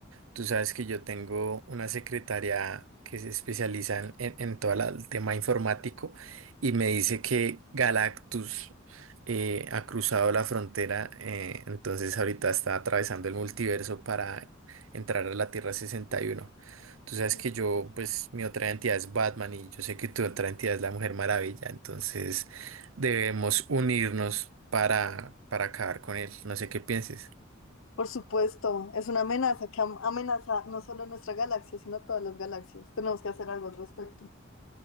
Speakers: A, on the right; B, on the left.
A: Tú sabes que yo tengo una secretaria que se especializa en, en- en todo la- el tema informático y me dice que Galactus eh, ha cruzado la frontera, eh, entonces ahorita está atravesando el multiverso para entrar a la Tierra 61. Tú sabes
B: Ujú.
A: que yo, pues mi otra entidad es Batman y yo sé que tu otra entidad es la Mujer Maravilla, entonces debemos unirnos para, para acabar con él. No sé qué pienses.
B: Por supuesto, es una amenaza que am- amenaza no solo nuestra galaxia, sino todas las galaxias. Tenemos que hacer algo al respecto.